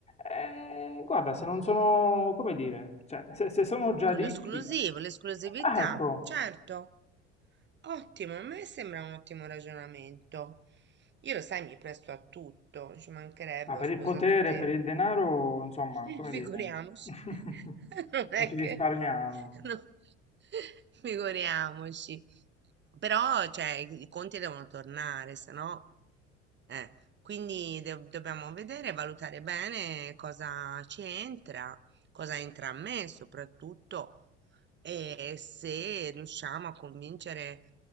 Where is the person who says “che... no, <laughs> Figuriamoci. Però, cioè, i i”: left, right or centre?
Right